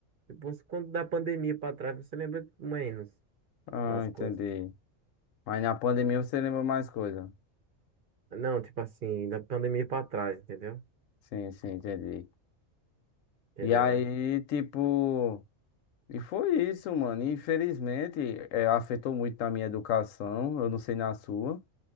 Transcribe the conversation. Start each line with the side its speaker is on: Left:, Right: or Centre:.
Right: Depois, quando da pandemia pra trás, você lembra menos
Left: Ah,
Right: das
Left: entendi.
Right: coisas.
Left: Mas na pandemia você lembra mais coisa.
Right: Não, tipo assim, da pandemia pra trás, entendeu?
Left: Sim, sim, entendi.
Right: Entendeu,
Left: E aí,
Right: né?
Left: tipo. E foi isso, mano. E, Infelizmente, eh, afetou muito na minha educação. Eu não sei na sua,